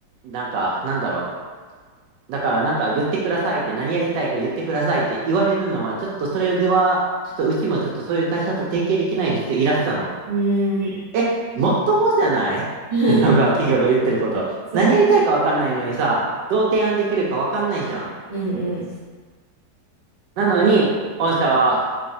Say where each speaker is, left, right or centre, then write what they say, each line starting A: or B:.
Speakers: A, on the right; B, on the right.
A: なんか、なんだろう。だからなんか言ってくださいって何やりたいか言ってくださいって言われるのはちょっとそれではちょっとうちもちょっとそういう会社と提携できないですって言いらしたの。
B: うん。
A: え、もっともじゃないってのが企業が言ってること。
B: <laughs> そうね。
A: 何やりたいか分かんないのにさ、どう提案できるか分かんないじゃん。
B: うん、うん。
A: なのに、御社は